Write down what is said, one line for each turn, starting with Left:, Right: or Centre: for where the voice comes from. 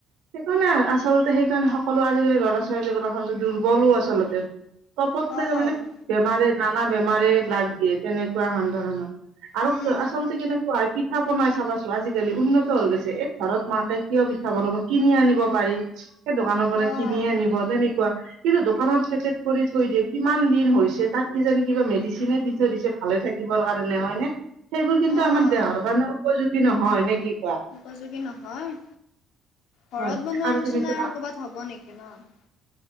Right: সেইকাৰণে, আচলতে সেইকাৰণে, সকলো আজিকালি, ল'ৰা -ছোৱালীবোৰ দুৰ্বলো আচলতে। <unintelligible> তাৰমানে,
Left: অ',
Right: বেমাৰে, নানা বেমাৰে, লাগ দিয়ে। তেনেকুৱা <unintelligible> ধৰণৰ। আৰু
Left: উম,
Right: আচলতে, কেনেকুৱা পিঠা বনাই চাবাচো আজিকালি? উন্নত হৈ গৈছে। এই, ঘৰত মাকে, কিয়? পিঠা বনাব কিনি আনিব পাৰি। সেই, দোকানৰ
Left: অ',
Right: পৰা কিনি আনিব তেনেকুৱা। কিন্তু, দোকানত পেকট কৰি থৈ দিয়ে। কিমান দিন হৈছে? তাত কিজানি, কিবা মেডিচিনে দি থৈ দিছে, ভালে থাকিবৰ কাৰণে, হয়নে? সেইবোৰ কিন্তু,
Left: অ',
Right: আমাৰ দেহৰ কাৰণে উপযোগী নহয়। নে কি কোৱা?
Left: উপযোগী নহয়। ঘৰত
Right: হয়
Left: বনোৱাৰ
Right: আৰু
Left: নিচিনা
Right: তুমি চাবা
Left: আৰু ক'ৰবাত হ'ব নেকি ন'?